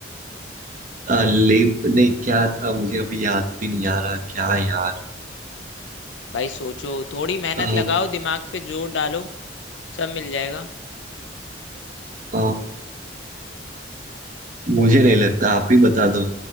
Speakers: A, on the right; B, on the left.
A: अ, लेप नहीं क्या था मुझे अभी याद भी नहीं आ रहा क्या यार
B: भाई सोचो थोड़ी मेहनत
A: अ,
B: लगाओ दिमाग पे जोर डालो सब मिल जाएगा
A: अ, मुझे नहीं लगता आप ही बता दो